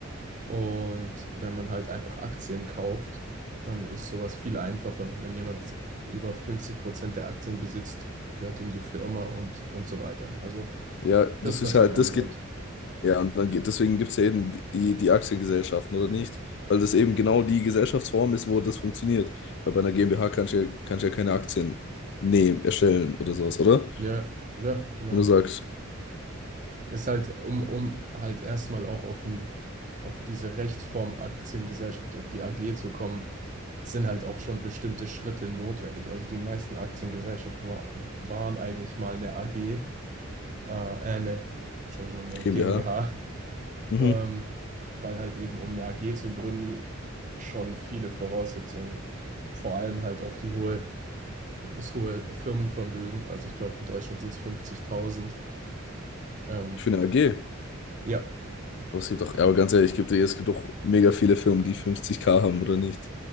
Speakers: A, on the right (about 40°); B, on the left (about 55°).
A: Und wenn man halt einfach Aktien kauft, dann ist sowas viel einfacher. Wenn jemand über 50 Prozent der Aktien besitzt, gehört ihm die Firma und, und so weiter. Also
B: Ja,
A: das
B: das
A: ist
B: ist
A: natürlich
B: halt,
A: auch
B: das
A: ein Grund.
B: geht, ja, und dann geht, deswegen gibt es ja eben die, die die Aktiengesellschaften, oder nicht? Weil das eben genau die Gesellschaftsform ist, wo das funktioniert. Weil bei einer GmbH kannst du ja, kannst du ja keine Aktien nehmen, erstellen oder sowas, oder?
A: Ja, ja, genau.
B: Wenn du sagst,
A: Ist halt, um, um halt erstmal auch auf, ein, auf diese Rechtsform Aktiengesellschaft, auf die AG zu kommen, sind halt auch schon bestimmte Schritte notwendig. Also die meisten Aktiengesellschaften wa waren eigentlich mal eine AG, äh, äh, ne, Entschuldigung, eine
B: GmbH,
A: GmbH,
B: mhm,
A: ähm, weil halt eben, um eine AG zu gründen, schon viele Voraussetzungen, vor allem halt auch die hohe, das hohe Firmenvermögen. Also ich glaube, in Deutschland sind es 50.000. Ähm,
B: ich finde eine AG.
A: ja,
B: Aber es gibt auch, ja, aber ganz ehrlich, ich geb dir, es gibt doch mega viele Firmen, die 50k haben oder nicht.